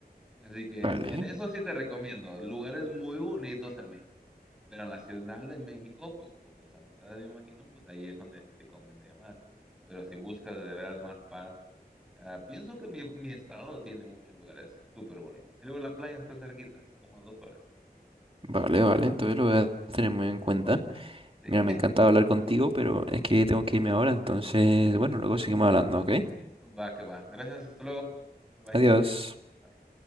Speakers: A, in the centre; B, on the right.
A: Así que
B: vale,
A: en, en eso sí te recomiendo. Lugares muy bonitos en México. Pero en la Ciudad de México, pues por tus amistades me imagino, pues ahí es donde sí te convendría más. Pero si buscas de veras más paz, ah, pienso que mi, mi estado tiene muchos lugares súper bonitos. Y luego la playa está cerquita, es como a dos horas.
B: vale, vale, entonces lo voy a tener muy en cuenta.
A: Sí.
B: Mira, me
A: <laughs>
B: encanta hablar contigo, pero es que tengo que irme ahora, entonces,
A: Ok.
B: bueno, luego seguimos hablando, ¿ok?
A: Va que va. Gracias, hasta luego. Bye bye.
B: Adiós.
A: Bye.